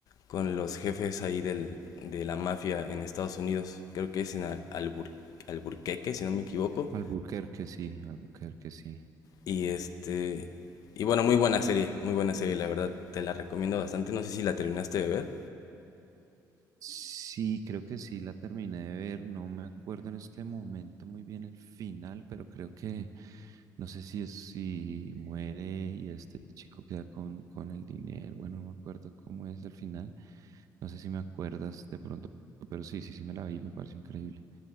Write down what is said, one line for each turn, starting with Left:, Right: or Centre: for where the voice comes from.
Left: con los jefes ahí del, de la mafia en Estados Unidos. Creo que es en Al- Albur- Alburqueque, si no me equivoco.
Right: Albuquerque, sí, Albuquerque, sí.
Left: Y este... Y bueno, muy buena serie, muy buena serie, la verdad, te la recomiendo bastante, no sé si la terminaste de ver.
Right: Sí, creo que sí la terminé de ver. No me acuerdo en este momento muy bien el final, pero creo que no sé si es si muere y este chico queda con, con el dinero. Bueno, no me acuerdo cómo es el final. No sé si me acuerdas de pronto, pero sí, sí, sí me la vi, me pareció increíble.